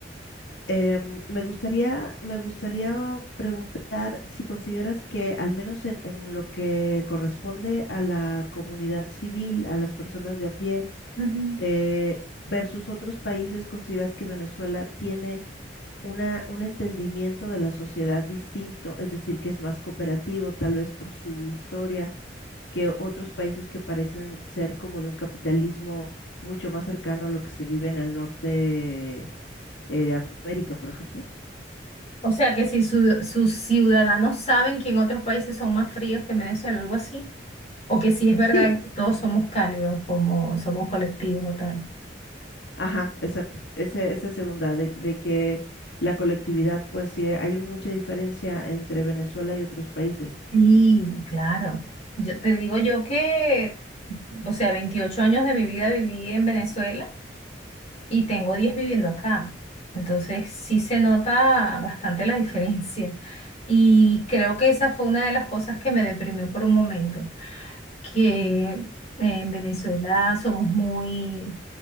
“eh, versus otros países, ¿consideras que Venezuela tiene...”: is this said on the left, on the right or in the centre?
Left